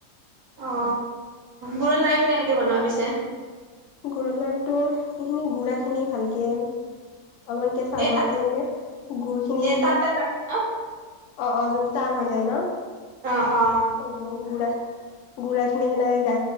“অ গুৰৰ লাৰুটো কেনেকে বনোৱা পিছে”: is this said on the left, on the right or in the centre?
Right